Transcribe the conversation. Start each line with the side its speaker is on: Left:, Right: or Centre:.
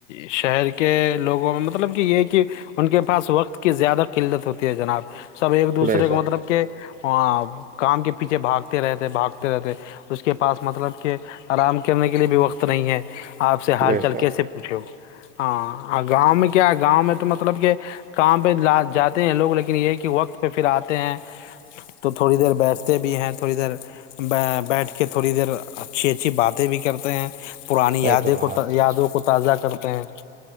Left: شہر کے لوگوں میں مطلب کہ یہ کہ ان کے پاس وقت کی زیادہ قلت ہوتی ہے جناب سب ایک دوسرے
Right: بے شک
Left: کو مطلب کہ ہ کام کے پیچھے بھاگتے رہتے بھاگتے رہتے اس کے پاس مطلب کہ آرام کرنے کے لیے بھی وقت نہیں ہے آپ سے حال
Right: بے
Left: چال
Right: شک
Left: کیسے پوچھےو ہاں گاؤں میں کیا کیا گاؤں میں تو مطلب کہ کام پہ لا جاتے ہیں لوگ لیکن یہ ہے کہ وقت پہ پھر آتے ہیں تو تھوڑی دیر بیٹھتے بھی ہیں تھوڑی دیر بیٹھ کے تھوڑی دیر اچھی اچھی بات بھی کرتے ہیں پرانی
Right: صحیح
Left: یادیں
Right: فرمایا
Left: کو
Right: جناب
Left: یادوں کو تازہ کرتے ہیں